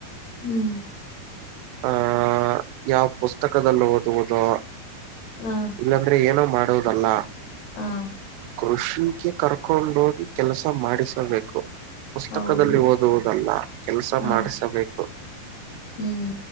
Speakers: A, on the left; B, on the right.
A: ಹ್ಮ್
B: ಆಹ್ ಯಾವ ಪುಸ್ತಕದಲ್ಲೊದುವುದೋ.
A: ಹ್ಮ್
B: ಇಲ್ಲಾಂದ್ರೆ ಏನೋ ಮಾಡೋದಲ್ಲ.
A: ಹ್ಮ್
B: ಕೃಷಿಗೆ ಕರ್ಕೊಂಡ್ಹೋಗಿ ಕೆಲಸ ಮಾಡಿಸಬೇಕು. ಪುಸ್ತಕದಲ್ಲಿ
A: ಹೌದು
B: ಓದುವುದಲ್ಲ ಕೆಲ್ಸ
A: ಹ
B: ಮಾಡಿಸಬೇಕು.
A: ಹ್ಮ್